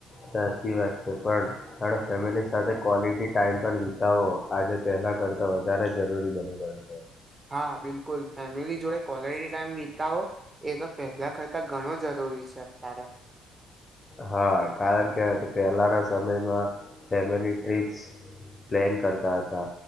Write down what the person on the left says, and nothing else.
સાચી વાત છે પણ થોડો ફેમિલી સાથે ક્વોલિટી ટાઈમ પણ વિતાવો આજે પહેલ તા કરતા વધારે જરૂરી બની ગયું છે
હા કારણ કે તો પહેલાના સમયમાં ફેમિલી ટ્ર્રીપ્સ પ્લેન કરતા હતા